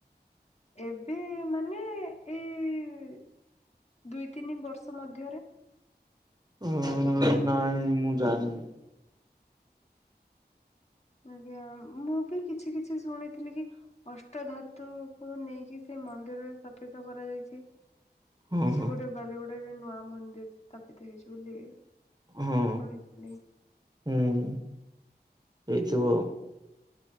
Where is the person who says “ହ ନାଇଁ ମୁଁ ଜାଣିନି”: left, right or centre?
Right